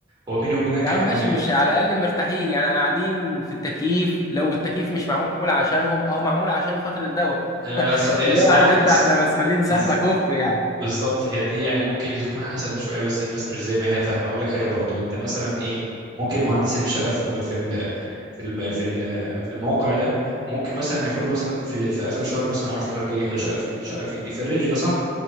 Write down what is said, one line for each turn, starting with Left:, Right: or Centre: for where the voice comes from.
Right: هو بيني وبينك
Left: يا عم
Right: احنا
Left: ماشي مش على الاقل مرتاحين يعني قاعدين في التكييف لو التكييف مش معمول عشانهم اهو معمول عشان خاطر الدواء
Right: اه، ص- اه،
Left: اللي
Right: صراحة
Left: هو عارف
Right: اس-
Left: انت احنا مسحولين سحله
Right: بز-
Left: كفر يعني
Right: بالظبط هي دي يعني ممكن دي تكون حسنة شوية بس الناس مش زي ما هي فاهمة اقول لك حاجة برضو انت مثلا ايه ممكن المهندس اللي شغال في الم- في ال- في الم- في ال- في الموقع ده ممكن مثلا ياخد له مثلا في في اخر الشهر مثلا 10000 جنيه 11000 جنيه 19000 جنيه في الرينج ده صح